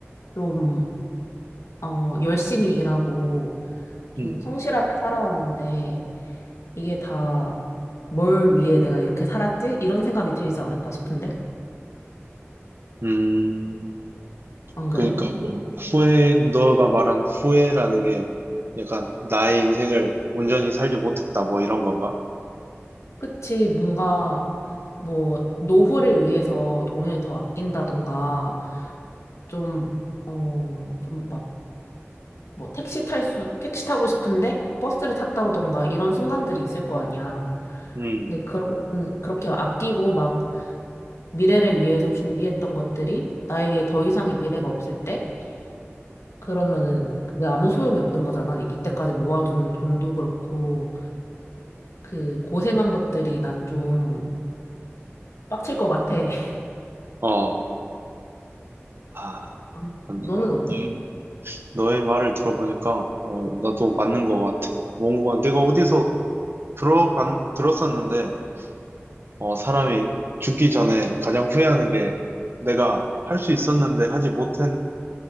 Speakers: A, on the left; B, on the right.
A: 좀, 어, 열심히 일하고, 좀
B: 음,
A: 성실하게 살아왔는데, 이게 다 뭘 위해 내가 이렇게 살았지? 이런 생각이 들지 않을까 싶은데?
B: 음.
A: 안 그래?
B: 그러니까 뭐 후회, 너가 말한 후회라는 게 약간 나의 인생을 온전히 살지 못했다, 뭐 이런 건가?
A: 그치, 뭔가, 뭐, 노후를 위해서 돈을 더 아낀다던가, 좀, 어, 좀 막, 뭐, 택시 탈 수, 택시 타고 싶은데 버스를 탔다던가 이런 순간들이 있을 거 아니야.
B: 음,
A: 근데 그런, 그렇게 아끼고 막 미래를 위해서 준비했던 것들이 나에게 더 이상의 미래가 없을 때, 그러면은 그게 아무 소용이 없는 거잖아. 이때까지 모아둔 돈도 그렇고, 그 고생한 것들이 난 좀 빡칠 것 같아. <laughs>
B: 어, 아,
A: 음,
B: 맞네.
A: 너는 어때?
B: 너의 말을 들어보니까, 어, 나도 맞는 것 같아. 뭔가 내가 어디서 들어봤, 들었었는데, 어, 사람이 죽기 전에 가장 후회하는 게 내가 할 수 있었는데 하지 못했,